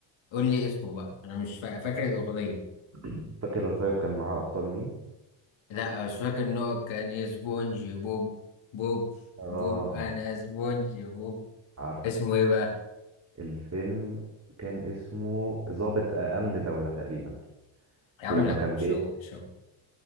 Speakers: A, on the left; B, on the right.
A: قول لي اسمه بقى انا مش فا- فاكر الاغنيه
B: <clears throat> فاكر طيب كان معاه ابطال مين
A: لا مش فاكر ان هو كان ايه سبونج بوب بوب
B: اه
A: بوب انا سبونج بوب
B: عارفه
A: اسمه ايه بقى
B: الفيلم كان اسمه ضابط أمن دولة تقريبا
A: يا عم
B: لما
A: لا
B: كان
A: مش
B: بي...
A: هو مش هو